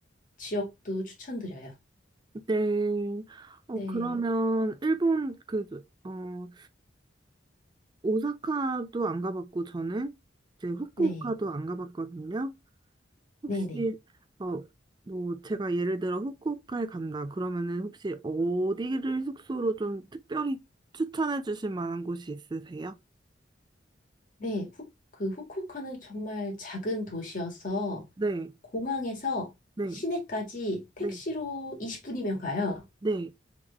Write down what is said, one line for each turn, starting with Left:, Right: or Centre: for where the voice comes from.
Left: 지역도 추천드려요.
Right: 네. 어,
Left: 네,
Right: 그러면 일본 그, 어, 오사카도 안 가봤고 저는 이제 후쿠오카도
Left: 네,
Right: 안 가봤거든요. 혹시
Left: 네, 네.
Right: 어, 뭐 제가 예를 들어 후쿠오카에 간다. 그러면은 혹시 어디를 숙소로 좀 특별히 추천해 주실 만한 곳이 있으세요?
Left: 네, 후, 그 후쿠오카는 정말 작은 도시여서
Right: 네,
Left: 공항에서
Right: 네,
Left: 시내까지 택시로
Right: 네,
Left: 20분이면 가요.
Right: 네.